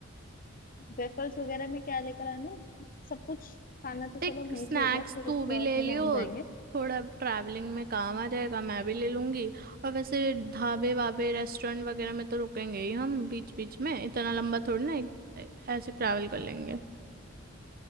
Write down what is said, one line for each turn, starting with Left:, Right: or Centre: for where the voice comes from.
Left: वेफल्स वगैरह में क्या लेकर आना है? सब कुछ खाना तो चलो
Right: देख
Left: वहीं
Right: स्नैक्स
Left: से होगा रिजॉर्ट
Right: तू भी ले
Left: में
Right: लियो
Left: जहाँ हम जाएंगे
Right: थोड़ा ट्रैवलिंग में काम आ जाएगा मैं भी ले लूंगी और वैसे ढाबे वाबे रेस्टोरेंट वगैरह में तो रुकेंगे ही हम बीच बीच में इतना लंबा थोड़ी ना एक- ऐसे ट्रैवल कर लेंगे